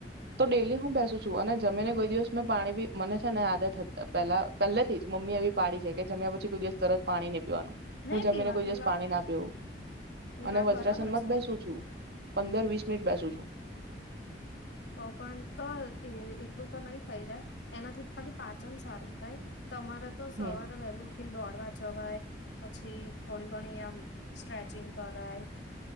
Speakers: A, on the right (about 60°); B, on the left (about 80°).
A: તો ડેલી હું બેસું છું અને જમીને કોઈ દિવસ મેં પાણી મને છે ને આદત હતા પેલા પહેલેથી જ મમ્મી એવી પાડી છે કે જમ્યા પછી કોઈ દિવસ તરત પાણી નહી પીવાનું.
B: નહી
A: હું જમીને
B: પીવાનું
A: કોઈ દિવસ
B: એ વાત
A: પાણી
B: બરાબર
A: ના પીઉ
B: એ
A: અને
B: વાત
A: વજ્રાસનમાં
B: બરાબર છે
A: જ બેસું છું પંદર વીસ મિટ બેસું છું.
B: તો પણ તો એ એટલું તો નહી થઈ રે એનાથી તો ખાલી પાચન સારું થાય તમારે તો સવારે
A: હમ
B: વહેલું ઉઠીને દોડ દોડવા જવાય પછી થોડી ઘણી આમ સ્ટ્રેચિંગ કરાય યોગ